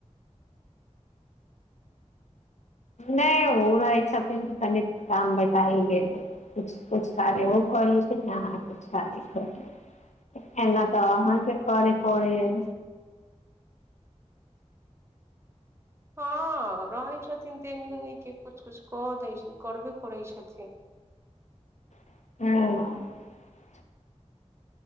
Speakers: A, on the left; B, on the right.
A: नहि ओ रहै छथिन तऽ तनि काम बटाइ गेल कुछ कुछ कार्य ओ क लेलखिन अहाँ कुछ कार्य करे एना तऽ अहाँके करै पड़ै हइ
B: हँ रहै छथिन तनि एनी उनी के कुछ कुछ कऽ दै छैँ करबे- -करै छथिन
A: हँ